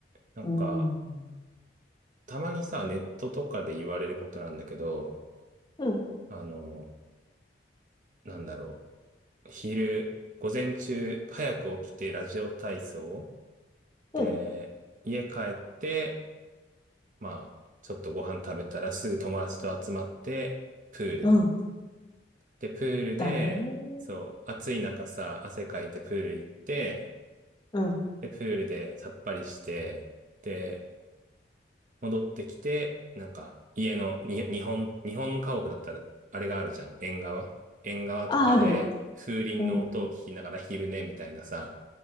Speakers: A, on the right; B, on the left.
A: なんか、
B: うん。
A: たまにさ、ネットとかで言われることなんだけど、
B: うん。
A: あの、なんだろう。昼、午前中、早く起きてラジオ体操。
B: うん。
A: で、家帰って、まあ、ちょっとご飯食べたらすぐ友達と集まって、プール。
B: うん。
A: で、プールで、
B: だね。
A: そう、暑い中さ、汗かいてプール行って、
B: うん。
A: で、プールでさっぱりして、で、戻ってきて、なんか家のに、日本、日本家屋だったらあれがあるじゃん。縁側。縁側とかで風鈴の音を聞きながら昼寝みたいなさ。
B: あ、ある。うん。